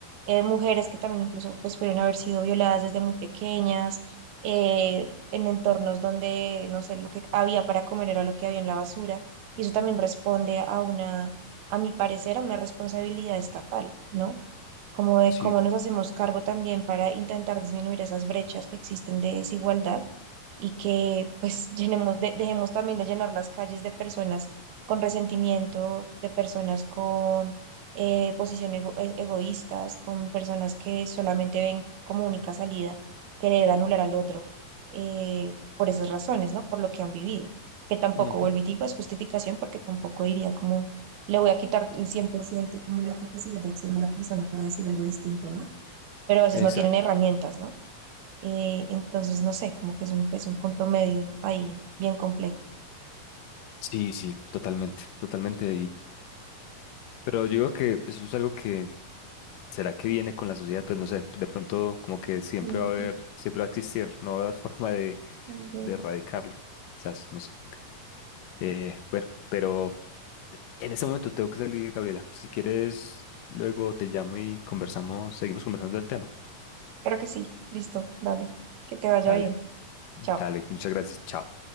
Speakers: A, on the right; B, on the left.
A: eh, mujeres que también incluso, pues, pudieron haber sido violadas desde muy pequeñas, eh, en entornos donde, no sé, lo que había para comer era lo que había en la basura, y eso también responde a una, a mi parecer, a una responsabilidad estatal, ¿no? como de
B: sí,
A: cómo nos hacemos cargo también para intentar disminuir esas brechas que existen de desigualdad y que pues <laughs> llenemos de- dejemos también de llenar las calles de personas con resentimiento, de personas con eh, posiciones ego- e- egoístas, con personas que solamente ven como única salida querer anular al otro eh, por esas razones, ¿no? Por lo que han vivido, que tampoco,
B: ujú,
A: vuelvo y digo, es justificación porque tampoco diría como le voy a quitar el 100% como la capacidad de acción de la persona para decir algo distinto, ¿no? Pero a veces
B: Exacto,
A: no tienen herramientas, ¿no? Eh, entonces, no sé, como que es un, es un punto medio ahí, bien complejo.
B: sí, sí, totalmente, totalmente Pero yo digo que eso es algo que, ¿será que viene con la sociedad? Pues no sé, de pronto como que siempre
A: Mm,
B: va
A: ok,
B: a haber, siempre va a existir, no va a haber <laughs> forma de,
A: muy bien.
B: de erradicarlo, quizás, no sé. Eh, bueno, pero en ese momento tengo que salir, Gabriela. Si quieres, luego te llamo y conversamos, seguimos conversando del tema.
A: Creo que sí, listo, dale, que te vaya
B: Dale,
A: bien, chao.
B: dale, muchas gracias, chao.